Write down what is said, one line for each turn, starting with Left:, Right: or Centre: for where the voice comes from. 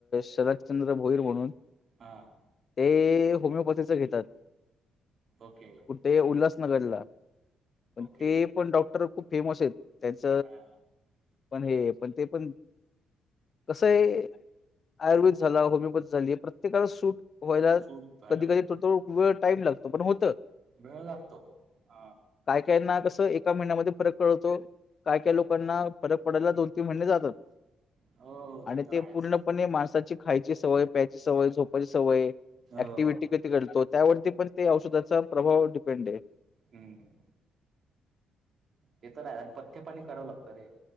Left: शरदचंद्र भोईर म्हणून
Right: हां.
Left: ते होमिओपॅथीच घेतात.
Right: ओके.
Left: ते उल्हासनगरला पण
Right: ओके
Left: ते पण डॉक्टर खूप फेमस आहेत. त्यांच
Right: हा
Left: पण हे पण ते पण कसं आहे आयुर्वेद झाला होमिओपॅथी झाली प्रत्येकाला सूट व्हायला
Right: चूक व्हायला
Left: कधी
Right: पाहिजे
Left: कधी थोडथो
Right: तरच.
Left: वेळ टाईम लागतो पण होत.
Right: वेळ लागतो ह.
Left: काय कायना कसं एका महिन्यामध्ये फरक कळतो काय काय लोकांना फरक पडला दोन तीन महिने जातात
Right: हो
Left: आणि
Right: तर
Left: ते
Right: आहेच
Left: पूर्ण ण माणसाची खायची सवय प्यायची सवय झोपायची सवय
Right: हो
Left: ऍक्टिव्हटी तो त्यावरती पण ते औषधाचा प्रभाव डिपेंड आहे.
Right: हम्म ते तर आहे आणि पथ्य पाणी करावं लागतं रे.